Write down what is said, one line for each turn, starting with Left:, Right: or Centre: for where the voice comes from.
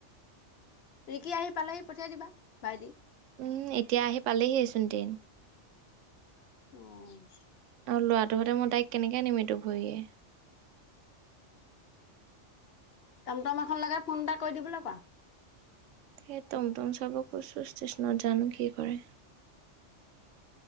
Left: ৰিকি আহি পালেহি পঠিয়াই দিবা ভাইটি
Right: উম, এতিয়া আহি পালেহিচোন ট্ৰেইন
Left: অ',
Right: লৰাটোহতে সতে মই তাইক কেনেকে নিম এইটো ভয়ে
Left: টমটম এখন লগাই ফোন এটা কৰি দিবলৈ কোৱা।
Right: স টমটম চাব কৈছো ষ্টেচনত জানো কি কৰে।